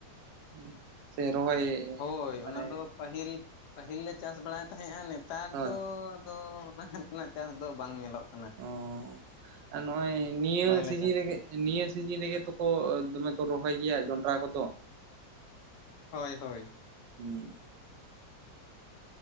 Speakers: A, on the right (about 75°); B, on the left (about 65°).
A: ᱦᱩᱸ, ᱥᱮ ᱨᱚᱦᱚᱭ
B: ᱦᱳᱭ, ᱚᱱᱟ
A: ᱢᱟᱱᱮ
B: ᱫᱚ ᱯᱟᱹᱦᱤᱞ, ᱯᱟᱹᱦᱤᱞ ᱞᱮ ᱪᱟᱥ ᱵᱟᱲᱟᱭ ᱛᱟᱦᱮᱸᱜ-ᱟ ᱱᱮᱛᱟᱨ
A: ᱦᱳᱭ
B: ᱫᱚ ᱫᱚ ᱚᱱᱟ ᱨᱮᱱᱟᱜ ᱪᱟᱥ ᱫᱚ ᱵᱟᱝ ᱧᱮᱞᱚᱜ ᱠᱟᱱᱟ᱾
A: ᱚ, ᱟᱨ ᱱᱚᱜ-ᱚᱭ ᱱᱤᱭᱟᱹ
B: ᱵᱟᱝᱞᱮ
A: ᱥᱤᱡᱤᱱ
B: ᱪᱟᱥᱮᱜᱼᱟ
A: ᱨᱮ ᱜᱮ ᱱᱤᱭᱟᱹ ᱥᱤᱡᱤᱱ ᱨᱮ ᱜᱮ ᱛᱚᱠᱚ, ᱫᱚᱢᱮ ᱠᱚ ᱨᱚᱦᱚᱭ ᱜᱮᱭᱟ ᱡᱚᱸᱰᱨᱟ ᱠᱚ ᱫᱚ᱾
B: ᱦᱳᱭ ᱦᱳᱭ᱾
A: ᱦᱩᱸ